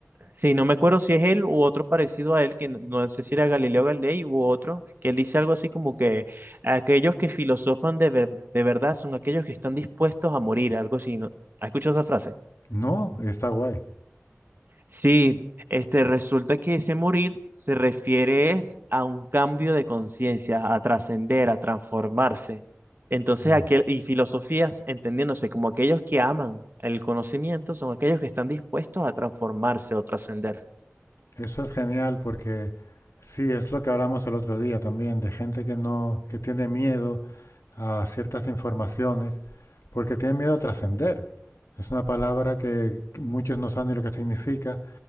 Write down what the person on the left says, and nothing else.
No, está guay.
Mm.
Eso es genial porque sí, es lo que hablamos el otro día también, de gente que no, que tiene miedo a ciertas informaciones, porque tiene miedo a trascender. Es una palabra que muchos no saben ni lo que significa,